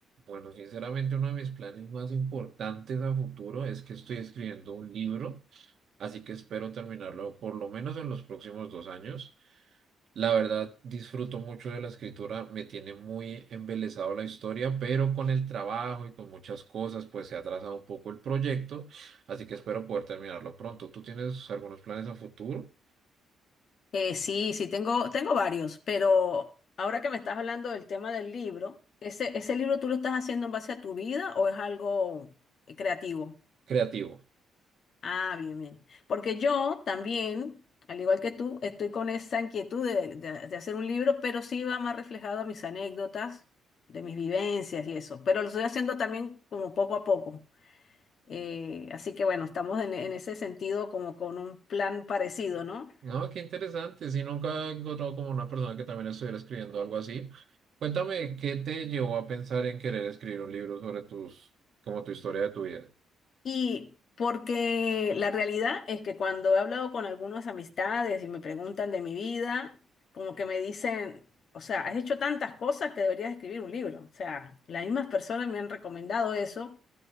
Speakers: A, on the right; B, on the left.
A: Bueno, sinceramente uno de mis planes más importantes a futuro es que estoy escribiendo un libro, así que espero terminarlo por lo menos en los próximos dos años. La verdad, disfruto mucho de la escritura, me tiene muy embelesado la historia, pero con el trabajo y con muchas cosas, pues se ha atrasado un poco el proyecto, así que espero poder terminarlo pronto. ¿Tú tienes algunos planes a futuro?
B: Eh, sí, sí, tengo, tengo varios, pero ahora que me estás hablando del tema del libro, ¿ese, ese libro tú lo estás haciendo en base a tu vida o es algo eh, creativo?
A: Creativo.
B: Ah, bien, bien. Porque yo también, al igual que tú, estoy con esa inquietud de, de- de hacer un libro, pero sí va más reflejado a mis anécdotas, de mis vivencias y eso. Pero lo estoy haciendo también como poco a poco. Eh, así que bueno, estamos en, en ese sentido como con un plan parecido, ¿no?
A: No, qué interesante. Si nunca he encontrado como una persona que también estuviera escribiendo algo así. Cuéntame, ¿qué te llevó a pensar en querer escribir un libro sobre tus, como tu historia de tu vida?
B: Y porque la realidad es que cuando he hablado con algunas amistades y me preguntan de mi vida, como que me dicen, o sea, has hecho tantas cosas que deberías escribir un libro. O sea, las mismas personas me han recomendado eso